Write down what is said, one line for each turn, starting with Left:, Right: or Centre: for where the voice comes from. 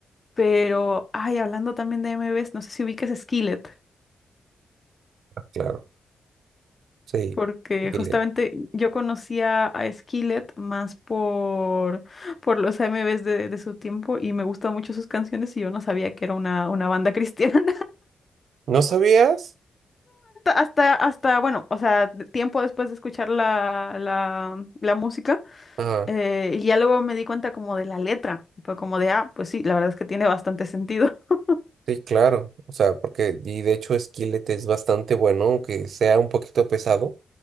Left: pero, ay, hablando también de M MVs, no sé si ubiques Skillet,
Right: claro. Sí.
Left: porque
Right: y
Left: justamente
Right: le-
Left: yo conocía a Skillet más por por los M AMVs de, de su tiempo y me gustan mucho sus canciones y yo no sabía que era una, una banda <laughs> cristiana.
Right: ¿No sabías?
Left: hasta, hasta, bueno, o sea, tiempo después de escuchar la, la, mm, la música,
Right: Ajá.
Left: eh, y ya luego me di cuenta como de la letra, fue como de, ah, pues sí, la verdad es que tiene bastante sentido. <laughs>
Right: Sí, claro, o sea, porque, y de hecho Skillet es bastante bueno, aunque sea un poquito pesado,